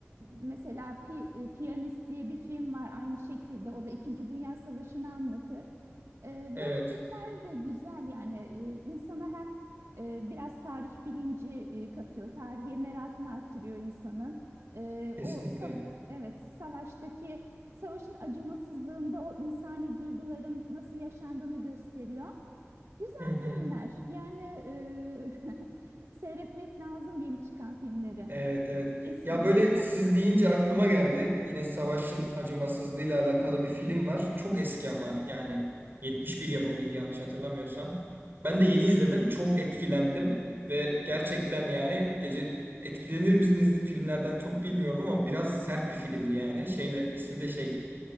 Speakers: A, on the right (about 85°); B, on the right (about 50°).
A: mesela Pi- e, Piyanist diye bir film var aynı şekilde. O da İkinci Dünya Savaşı'nı anlatır. E,
B: Evet.
A: böyle filmler de güzel yani E, insana hem e, biraz tarih bilinci e, katıyor, tarihe merakını artırıyor insanın. E,
B: Kesinlikle.
A: o sa- evet savaştaki savaşın acımasızlığında o insani duyguların nasıl yaşandığını gösteriyor. Güzel
B: Hı hı.
A: filmler. Yani e, <laughs> seyretmek lazım yeni çıkan filmleri,
B: Evet evet.
A: eskileri
B: Ya böyle
A: de.
B: siz deyince aklıma geldi. Yine Savaş'ın acımasızlığıyla alakalı bir film var. Çok eski ama yani 71 yapımıydı yanlış hatırlamıyorsam. Ben de yeni izledim. Çok etkilendim ve gerçekten yani gece etkilenir misiniz filmlerden çok bilmiyorum ama biraz sert bir filmdi yani. Şeyle ismi de şey